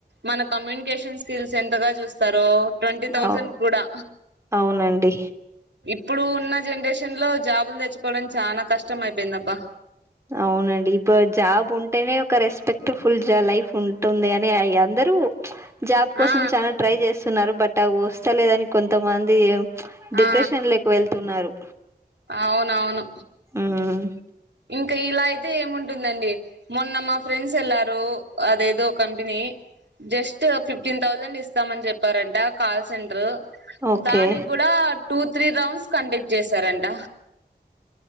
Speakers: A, on the right; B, on the right.
A: మన కమిన్ కేషన్ స్కిల్స్ ఎంతగా చూస్తారో ట్వంటీ థౌజండ్
B: అవు
A: కూడా
B: అవునండి
A: ఇప్పుడు ఉన్న జనరేషన్ షన్ లో జాబులు తెచ్చుకోవడం చాలా కష్టం అయిపోయిందబ్బా
B: అవునండి ఇప్పుడు జాబ్ ఉంటేనే ఒక రెస్పెక్ట్ ఫుల్ లైఫ్ ఉంటుంది అని అంద రు జాబ్ కోసం
A: ఆ
B: చాలా ట్రై చేస్తున్నారు బట్ అవి వస్తాలేదని కొంతమంది డిప్రెషన్
A: ఆ
B: లేకు వెళ్తున్నారు
A: అవునవును
B: ఉమ్
A: ఇంకా ఇలా అయితే ఏముంటుందండి మొన్న మా ఫ్రెండ్స్ వెళ్లారు అదేదో కంపెనీ జస్ట్ ఫిఫ్టీన్ థౌజండ్ ఇస్తామని చెప్పారంట కాల్ సెంటరు
B: ఓకే
A: దానికి కూడా టూత్ త్రీ రౌండ్స్ కండక్ట్ చేశారంట